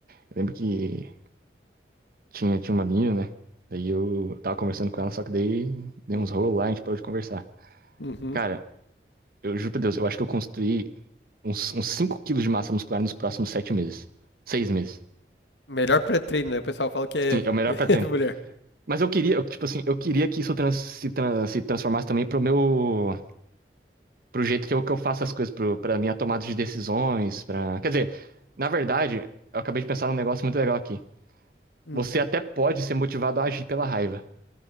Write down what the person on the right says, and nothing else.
Eu lembro que tinha, tinha uma menina, né? Daí eu tava conversando com ela, só que daí deu
uns rolos lá, a gente parou de conversar.
Cara, eu juro pra Deus, eu acho que eu construí uns, uns 5 quilos de massa muscular nos próximos 7 meses. seis meses.
Sim, é o melhor
pra treino.
Mas eu queria, eu, tipo assim, eu queria que isso trans- se, tran- se transformasse também pro meu. pro jeito que eu, que eu faço as coisas, pro, pra minha tomada de decisões, pra. Quer dizer, na verdade, eu acabei de pensar num negócio muito legal aqui.
Você até pode ser motivado a agir pela raiva.